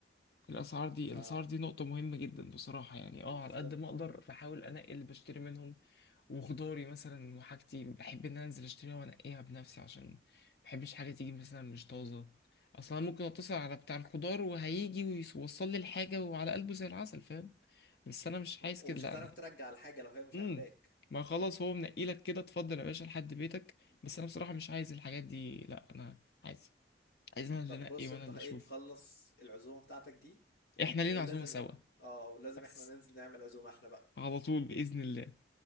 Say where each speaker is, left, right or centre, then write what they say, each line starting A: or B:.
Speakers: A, on the left; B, on the left.
A: الاسعار دي
B: ف
A: الاسعار دي نقطه مهمه جدا بصراحه يعني
B: بالظبط
A: اه على قد ما اقدر بحاول انقي اللي بشتري منهم وخضاري مثلا وحاجتي بحب ان انا انزل اشتريها وانقيها بنفسي عشان ما بحبش حاجه تيجي مثلا مش طازه اصلا ممكن اتصل على بتاع الخضار وهيجي ويوصل لي الحاجه وعلى قلبه زي العسل فاهم بس انا مش عايز
B: ومش
A: كده لا
B: هتعرف
A: انا
B: ترجع الحاجة لو هي مش
A: امم
B: عاجباك
A: ما خلاص هو منقي لك كده اتفضل يا باشا لحد بيتك
B: بالظبط
A: بس انا بصراحه مش عايز الحاجات دي لا انا عايز عايز انا اللي
B: طب
A: انقي
B: بص
A: وانا
B: انت
A: اللي
B: ايه
A: اشوف
B: تخلص العزومة بتاعتك دي
A: احنا
B: وايه
A: لينا
B: لازم
A: عزومه سوا
B: اه ولازم
A: بس
B: احنا ننزل نعمل عزومة احنا بقى
A: على طول باذن الله